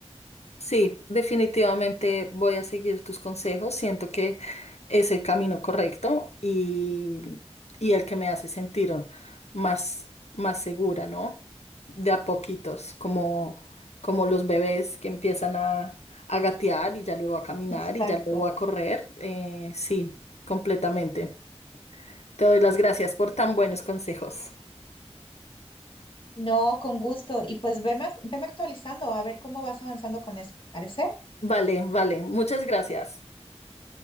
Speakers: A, on the left; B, on the left.
A: sí, definitivamente voy a seguir tus consejos. Siento que es el camino correcto y, y el que me hace sentir más, más segura, ¿no? De a poquitos, como, como los bebés que empiezan a, a gatear y ya luego a caminar
B: Exacto.
A: y ya luego a correr. Eh, sí, completamente. Te doy las gracias por tan buenos consejos.
B: No, con gusto. Y pues veme, veme actualizando a ver cómo vas avanzando con eso. ¿Parece?
A: Vale, vale, muchas gracias.